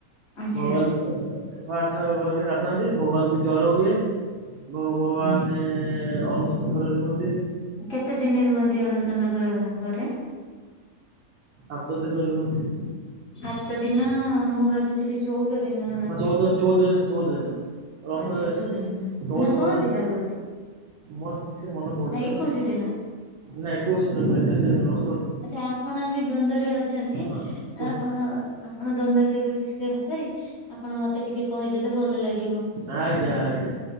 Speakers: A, on the left (about 50°); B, on the right (about 70°).
A: ଆଚ୍ଛା
B: ଭଗବାନ ସଠ ବରରେ ଗାଧାନ୍ତି ଭଗବାନ କୁ ଜ୍ଵର ହୁଏ ଭଗବାନରେ
A: ଆଜ୍ଞା।
B: ଅଲସ ଘରେ ରୁହନ୍ତି।
A: କେତେ ଦିନ ରୁହନ୍ତି ଅନଚନଗର ଘରେ?
B: ସାତ ଦିନ ରୁହନ୍ତି।
A: ସାତ ଦିନ ମୁଁ ଭାବିଥିଲି ଚଉଦ ଦିନ।
B: ହଁ ଚଉଦ ଚଉଦ
A: ଆଚଛା
B: ଦିନ ଚଉଦ ଦିନ ରଥରେ
A: ଚଉଦ ଦିନ
B: ଚଉ
A: ନା
B: ଚଉଦ
A: ଷୋହଳ ଦିନ ରୁହନ୍ତି।
B: ମୋର ଠିକ ସେ ମନେ ପଡୁନି
A: ନା ଏକୋଇଶି ଦିନ।
B: ନା ଏକୋଇସି ଦିନ ଏତେ ଦିନ ନୁହ।
A: ଆଚ୍ଛା ଆପଣ ବି ଦ୍ଵନ୍ଦ୍ୱରେ ଅଛନ୍ତି
B: ହଁ ଚଉ
A: ଆପଣ ଆପଣ ଦ୍ଵନ୍ଦ କେମତି ପରି ଆପଣ ମତେ ଟିକେ କହିଦେଲେ ଭଲ ଲାଗିବ।
B: ଆଜ୍ଞା ଆଜ୍ଞା